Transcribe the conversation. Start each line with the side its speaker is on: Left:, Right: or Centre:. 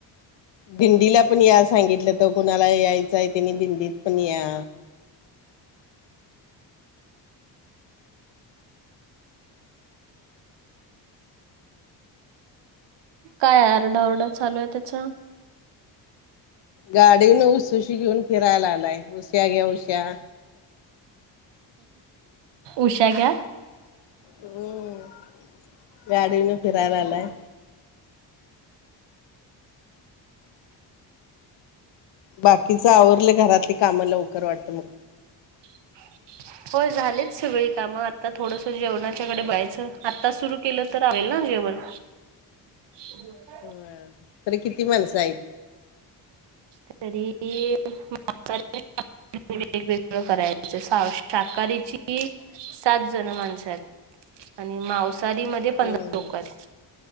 Left: दिंडीला पण या सांगितलं तर कुणाला यायचाय त्यांनी दिंडीत पण या.
Right: काय आरडा ओरडा चालू ये त्यांचा.
Left: गाडीन वरन उसूशी घेऊन फिरायला आगलाय उशा घ्या उश्या.
Right: उषा घ्या.
Left: हम्म गाडी वरन फिरायला लागलाय. बाकीच आवरलं घरातली काम‌ लवकर वाटतं मग.
Right: <inaudible> होय झालेच सगळी कामं. आता थोडंस जेवणाच्याकडे बघायचं. आत्ताच सुरू केलं तर आवरेल ना जेवण. <inaudible>
Left: होय तरी किती माणसं हायत?
Right: तरी <unintelligible> <unintelligible> शाकाहारी ची सात जण माणसं हायत आणि मांसाहारी मध्ये पंधरा
Left: हम्म हम्म
Right: लोकं हायत.